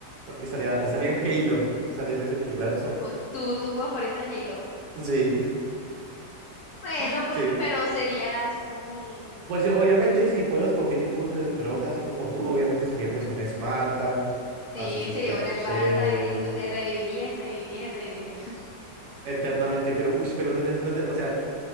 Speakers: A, on the right (about 80°); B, on the left (about 80°).
A: porque estaría, estaría en Halo, estaría en ese universo.
B: O- ¿Tu, tu juego favorito es Halo?
A: Sí,
B: Bueno,
A: <laughs>
B: porque,
A: sí.
B: pero serías un...
A: Pues sí, obviamente si puedo escoger y puedo ser el prota así como tú, obviamente sería pues un Spartan,
B: Sí,
A: así súper
B: sería una
A: chévere.
B: Esparta, y entonces revivirías, revivirías, revivirías. <laughs>
A: Eternamente, pero, uy, pero no, te- no te- o sea,